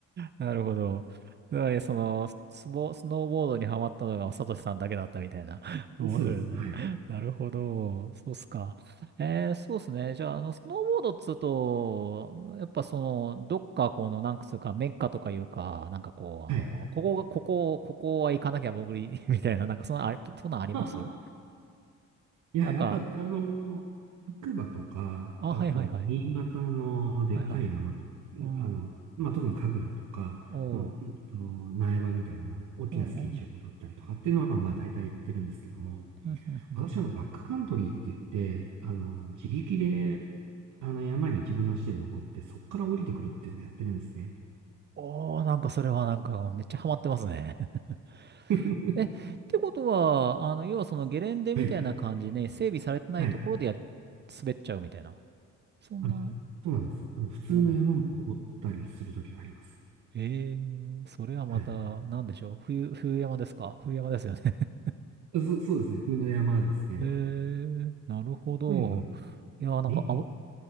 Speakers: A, on the right; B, on the right.
A: なるほど。つまり、その、スボ、スノーボードにハマったのが、サトシさんだけだったみたいな。<laughs> 面白いね。
B: そうです。はい。
A: なるほど。そうっすか。えー、そうっすね。じゃあ、あの、スノーボードっつうと、やっぱその、どっかこの、なんつうか、メッカとかいうか、なんかこう、
B: はい。
A: あの、ここが、ここ、ここは行かなきゃ潜り、<laughs> みたいな、なんかそんな、あれ、そんなんあります
B: <laughs> いや、
A: なんか、
B: やっぱ、あの、白馬とか、
A: あ、
B: あと、
A: はいはいはい。
B: 新潟のでっかい山、
A: はいはい。うん。
B: あの、まあ、特に神楽とか、
A: おう。
B: うんうんと苗場みたいな大きなスキー場だったりとかっていうのは、
A: おお。
B: まあ、大体行ってるんですけども、
A: うんうんうんうん
B: 私あの、バックカントリーって言って、あの、自力で、あの、山に自分の足で登って、そこから降りてくるっていうのをやってるんですね。
A: おー、なんかそれはなんかめっちゃハマってますね。
B: <laughs>
A: <laughs> え、ってことは、あの、要はそのゲレンデみたいな感じで整備されてないところでや、
B: はい。はい。
A: 滑っちゃうみたいな。そんな。
B: あ、そうなんです。あの、普通の山も登ったりするときがあります。
A: おお。ええー、それはまた、
B: はい。
A: なんでしょう。冬、冬山ですか冬山ですよね。
B: そ、そうですね。冬の山ですね。
A: <laughs> えー、なるほど。
B: とにかく、
A: いやー、なんかあぶ、
B: め、